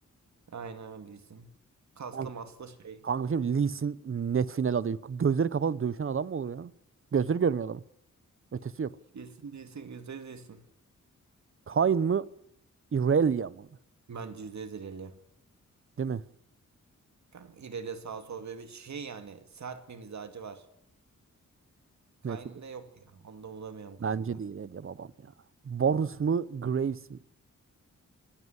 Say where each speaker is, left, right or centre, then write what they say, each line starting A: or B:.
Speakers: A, on the right; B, on the right.
A: Aynen öyle değilsin. Kaslı
B: Kanka,
A: maslı şey.
B: kanka şimdi Lis'in net final adayı. Gözleri kapalı dövüşen adam mı olur ya? Gözleri görmüyor adamın. Ötesi yok.
A: Değilsin değilsin yüzde yüz değilsin.
B: Kayn mı? Irelia mı?
A: Bence yüzde yüz İrelia.
B: Değil mi?
A: Kanka İrelia sağ sol böyle bir şey yani sert bir mizacı var. Kayn'da
B: Net.
A: yok ya. Onu da bulamıyorum Kayn'da.
B: Bence de Irelia babam ya. Varus mu? Graves mi?